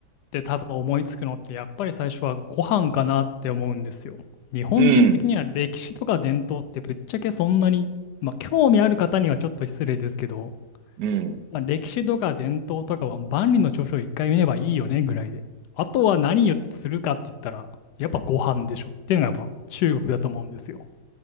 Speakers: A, on the left; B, on the right.
A: て多分思いつくのってやっぱり最初はご飯かなって思うんですよ。日本人的には歴史とか伝統ってぶっちゃけそんなに、
B: うん、
A: まあ、興味ある方にはちょっと失礼ですけど、
B: うん。
A: まあ、歴史とか伝統とかは万里の長城一回見ればいいよねぐらいで。あとは何をするかって言ったらやっぱご飯でしょっていうのがやっぱ中国だと思うんですよ。